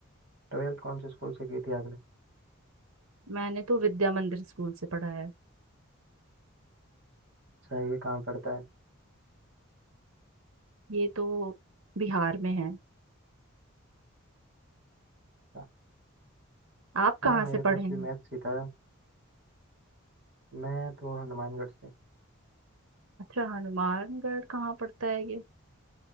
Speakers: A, on the right (about 55°); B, on the right (about 80°).
A: ट्वेल्थ कौन से स्कूल से की थी आपने
B: मैंने तो विद्या मंदिर स्कूल से पढ़ा है
A: सही है कहाँ पड़ता है
B: ये तो बिहार में है
A: अच्छा,
B: आप कहाँ
A: हाँ मेरे
B: से पढ़े
A: पास
B: हैं
A: भी मैथ्स ही था मैं तो हनुमानगढ़ से
B: अच्छा हनुमानगढ़ कहाँ पड़ता है ये